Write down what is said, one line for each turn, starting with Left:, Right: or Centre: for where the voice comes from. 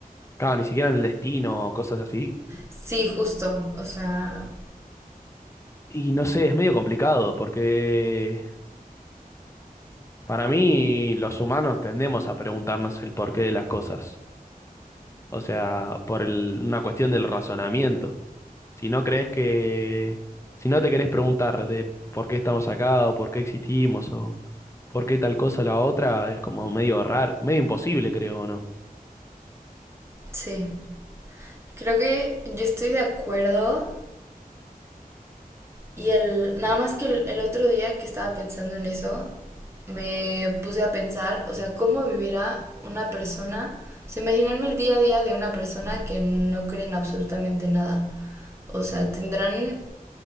Left: Claro, ni siquiera en el destino, cosas así.
Right: Sí, justo, o sea,
Left: Y no sé, es medio complicado porque para mí los humanos tendemos a preguntarnos el porqué de las cosas. O sea, por el- una cuestión del razonamiento. Si no crees que, si no te querés preguntar de por qué estamos acá o por qué existimos o por qué tal cosa o la otra, es como medio raro, medio imposible, creo, ¿no?
Right: sí. Creo que yo estoy de acuerdo Y el, nada más que el, el otro día que estaba pensando en eso, me puse a pensar, o sea, cómo vivirá una persona, o sea, imaginarme el día a día de una persona que no cree en absolutamente nada. O sea, tendrán